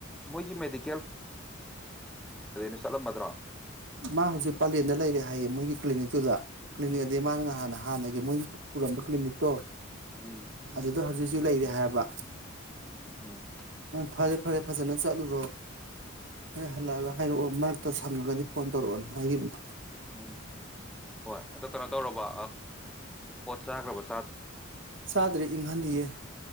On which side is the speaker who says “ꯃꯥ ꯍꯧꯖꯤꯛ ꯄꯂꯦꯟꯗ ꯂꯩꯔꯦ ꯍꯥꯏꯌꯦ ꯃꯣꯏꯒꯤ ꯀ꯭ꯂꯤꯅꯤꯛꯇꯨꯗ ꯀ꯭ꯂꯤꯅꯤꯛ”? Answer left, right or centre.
Right